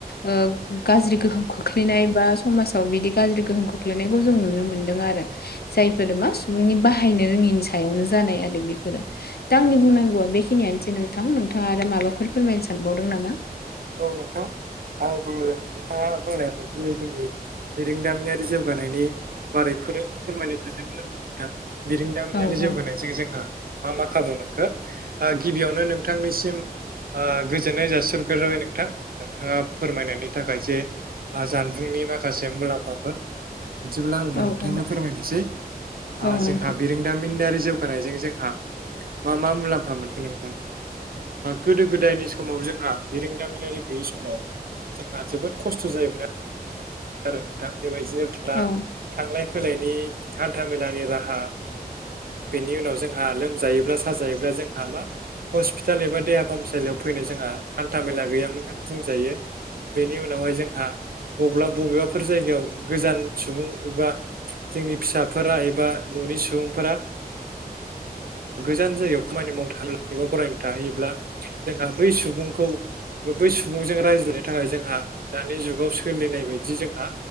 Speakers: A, on the left; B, on the right.
A: ओ गाज्रि गोहोम खोख्लैनाय बा समाजाव बिदि गाज्रि गोहोम खोख्लैनायखौ जों नुनो मोनदों आरो। जायफोर मा सुबुंनि बाहायनो रोङिनि सायावनो जानाय आरो बेफोरो। दा आंनि बुंनांगौआ बेखिनियानोसै नोंथां नोंथाङा आरो माबाफोर फोरमायनो सानबावदों नामा?
B: औ नोंथां आंबो नोंथाङा बुंनाय बायदिनो जोंनि बिरोंदामिनारि जौगानायनि बारैफोर फोरमायनो सानदोंमोन आरो नोंथां। बिरोंदामिनारि
A: औ
B: जौगानायजों
A: औ
B: जोंहा मा मा खाबु मोनखो ओ गिबियावनो नोंथांनिसिम ओ गोजोननाय जासिहर गोरबाय नोंथां नोंथाङा फोरमायनायनि थाखाय जे जानबुंनि आ माखासे मुलाम्फाफोर बिदिब्ला आंबो
A: औ
B: नोंथांनो
A: औ
B: फोरमायनोसै
A: औ नोंथां
B: जोंहा बिरों दामिनारि जौगानायजों जोंहा मा मा मुलाम्फा मोनगोन नोंथां? गोदो गोदायनि समाव जोंहा बिरोंदामिनारि गैयि समाव जोंहा जोबोद खस्थ' जायोमोन‌। आरो नोंथां बेबायदिनो
A: औ
B: थांलाय फैलायनि हान्था मेलानि राहा बेनि उनाव जोंहा लोमजायोब्ला साजायोब्ला जोंहा मा हस्पिटाल एबा देहा फाहामसालियाव फैनो जोंहा हान्था मेला गैयामोन होन बुंजायो बेनि उनावहाय जोंहा बबब्लाब बबेबाफोर जायगायाव गोजान सुबुं एबा जोंनि फिसाफोरा एबा न'नि सुबुंफोरा गोजान जायगायाव खामानि मावनो थाङो एबा फरायनो थाहैयोब्ला जोंहा बै सुबुंखौ बै सुबुंजों रायज्लायनो थाखाय जोंहा दानि जुगाव सोलिनाय बायदि जोंहा